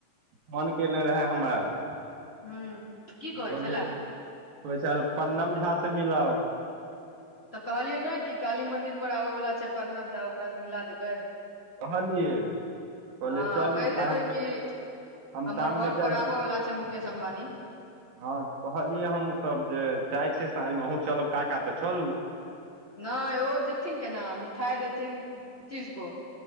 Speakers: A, on the right; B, on the left.
A: फोन कयने रहए हमरा हम
B: हँ ह की कहै
A: कहलियै
B: छलए
A: कहे छलाए प्रणम झा से मिलाउ
B: तऽ कहलियै ने कि काली मंदिर पर आबय वाला छै प्रणव झा ओकार सँ मिला देबै
A: कहलियए कहले
B: हँ
A: चलू
B: कहि देबै
A: आइ हम
B: कि
A: हम
B: हमर
A: शाममे
B: घर
A: जाइ
B: पर
A: छी
B: आबय वाला छै मुकेश अम्बानी
A: हँ तऽ कहलियै हमूँ सब जे चाह छियै साँझमे अहुँ चलब काका तऽ चलू
B: नहि ओ जेथिन केना मिठाइ देथिन पच्चीस गो